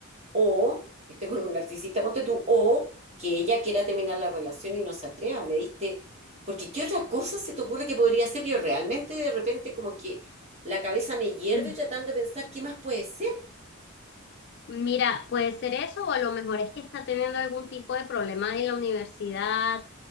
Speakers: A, on the right (about 30°); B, on the left (about 50°).
A: o esté con un narcisista, ponte tú, o que ella quiera terminar la relación y no se atreva. Me diste, porque ¿qué otra cosa se te ocurre que podría ser? Yo realmente de repente como que la cabeza me hierve
B: mm,
A: tratando de pensar qué más puede ser.
B: mira, puede ser eso o a lo mejor es que está teniendo algún tipo de problema en la universidad